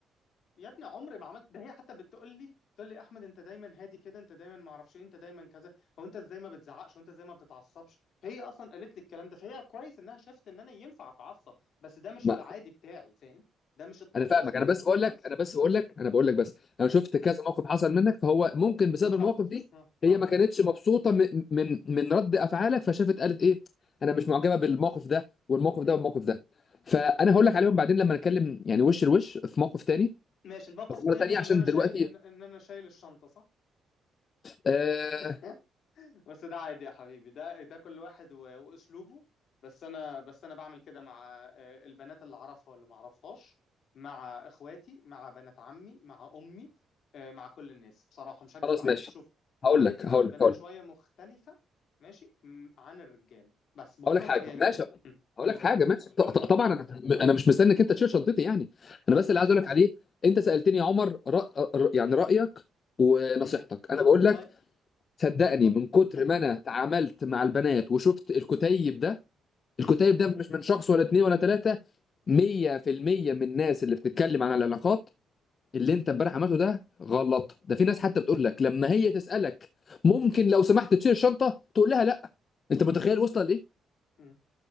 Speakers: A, on the left; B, on the left.
A: يا ابني عمري ما عملت ده هي حتى بتقول لي تقول لي احمد انت دايما هادي كده انت دايما ما اعرفش ايه انت دايما كذا هو انت ازاي ما بتزعقش وانت ازاي ما بتتعصبش هي اصلا قالت لي الكلام ده فهي كويس انها شافت ان انا ينفع اتعصب بس ده مش
B: ما.
A: العادي بتاعي فاهم ده مش الطبيعي
B: انا فاهمك
A: بتاعي
B: انا بس بقول
A: بس
B: لك انا بس بقول لك انا بقول لك بس انا
A: ماشي
B: شفت كذا موقف حصل منك فهو ممكن بسبب
A: بالظبط
B: المواقف دي
A: اه
B: هي
A: اه
B: ما كانتش مبسوطه من من من رد افعالك فشافت قالت ايه انا مش معجبه بالموقف ده والموقف ده
A: مم.
B: والموقف ده فانا هقول لك عليهم بعدين لما نتكلم يعني وش لوش في موقف تاني
A: ماشي الموقف
B: أو في
A: التاني
B: مره تانيه عشان
A: ان انا شايل
B: دلوقتي
A: ان, إن انا شايل الشنطة صح
B: آه
A: <laughs> بس ده عادي يا حبيبي ده ده كل واحد و- واسلوبه بس انا بس انا بعمل كده مع آه، البنات اللي اعرفها واللي ما اعرفهاش مع اخواتي مع بنات عمي مع امي آه، مع كل الناس بصراحة مش هكذب
B: خلاص
A: عليك
B: ماشي
A: شوف معاملتي
B: هقول لك
A: مع
B: هقول
A: البنات
B: لك هقول
A: شوية
B: لك
A: مختلفة ماشي م- عن الرجالة بس بغض
B: هقول
A: النظر
B: لك حاجه
A: هي مين
B: ماشي
A: م.
B: هقول
A: قول
B: لك
A: لي
B: حاجه ماشي ط-
A: قول
B: ط-
A: لي قول
B: طبعا
A: لي قول لي
B: انا انا مش مستنيك انت تشيل شنطتي يعني انا
A: اي
B: بس اللي عايز اقول لك عليه انت سالتني يا عمر رأ... ر- يعني رايك ونصيحتك
A: م.
B: انا بقول لك
A: طيب
B: صدقني
A: طيب
B: من كتر
A: م.
B: ما انا تعاملت مع البنات وشفت الكتيب ده
A: م.
B: الكتيب ده مش من شخص ولا اتنين ولا تلاته 100% من الناس اللي بتتكلم عن العلاقات اللي انت امبارح عملته ده غلط ده في ناس حتى بتقول لك لما هي تسالك ممكن لو سمحت تشيل الشنطه تقول لها لا انت متخيل وصل لايه
A: م.